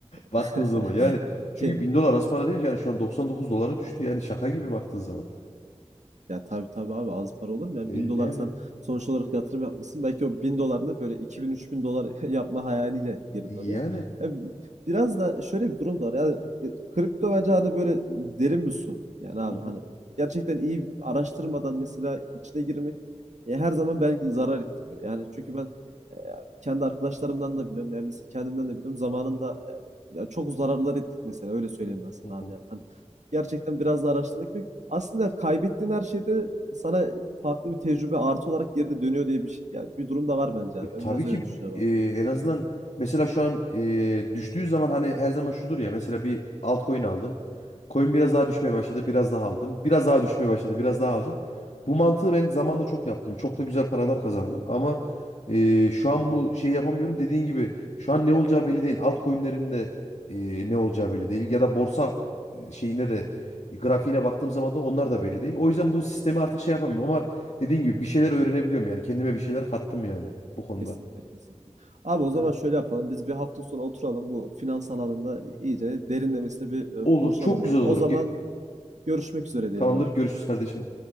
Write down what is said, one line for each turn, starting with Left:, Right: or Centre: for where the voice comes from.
Left: Baktığın
Right: <laughs>
Left: zaman yani çünkü
Right: Ki
Left: 1000 dolar az para değil ki. yani şu an 99 dolara düştü yani şaka gibi baktığın zaman.
Right: ya tabii tabii abi az para olur mu? Yani
Left: E,
Right: 1000
Left: yani
Right: dolar sen sonuç olarak yatırım yapmışsın. Belki o 1000 dolarını böyle iki bin üç bin dolar <laughs> yapma hayaliyle girdin
Left: yani.
Right: oraya. Ya biraz da şöyle bir durum da var. Yani e, kripto bence hani böyle derin bir su. Yani abi
Left: Hı hı,
Right: hani gerçekten iyi araştırmadan mesela içine girmek e, her zaman belki zarar ettiriyor. Yani çünkü ben e, kendi arkadaşlarımdan da biliyorum. Yani mesela kendimden de biliyorum. Zamanında e, ya çok zararlar ettik mesela. Öyle söyleyeyim ben sana
Left: hı hı.
Right: abi yani. Hani gerçekten biraz da araştırmak gerek. Aslında kaybettiğin her şeyde e, sana farklı bir tecrübe artı olarak geride dönüyor diye bir şey. Yani bir durum da var bence yani.
Left: E,
Right: Ben
Left: tabii
Right: biraz
Left: ki
Right: öyle düşünüyorum
Left: e,
Right: abi.
Left: en azından mesela şu an e, düştüğü zaman hani her zaman şudur ya mesela bir altcoin aldın. Coin biraz daha düşmeye başladı, biraz daha aldın. Biraz daha düşmeye başladı, biraz daha aldın. Bu mantığı ben zamanında çok yaptım. Çok da güzel paralar kazandım ama e, şu an bu şey yapamıyorum. Dediğin gibi şu an ne olacağı belli değil. Altcoin'lerin de e, ne olacağı belli değil ya da borsa e, şeyinde de grafiğine baktığım zaman da onlar da belli değil. O yüzden bu sistemi artık şey yapamıyorum ama Dediğin gibi bir şeyler öğrenebiliyorum yani. Kendime bir şeyler kattım yani bu konuda.
Right: Kesinlikle kesinlikle. Abi o zaman
Left: Yani
Right: şöyle yapalım. Biz bir hafta sonra oturalım bu finans alanında iyice derinlemesine bir e,
Left: olur.
Right: konuşalım
Left: Çok
Right: abi.
Left: güzel olur.
Right: O zaman
Left: Ge-
Right: görüşmek üzere diyelim
Left: Tamamdır.
Right: abi.
Left: Görüşürüz kardeşim.